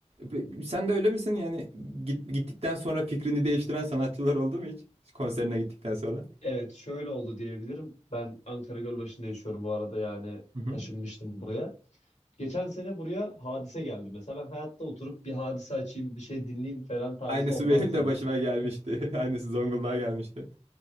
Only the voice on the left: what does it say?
Evet şöyle oldu diyebilirim. Ben Ankara Gölbaşı'nda yaşıyorum bu arada yani
taşınmıştım buraya. Geçen sene buraya Hadise geldi mesela. Ben hayatta oturup bir Hadise açayım, bir şey dinleyeyim falan tarzı
olmazdı
benim.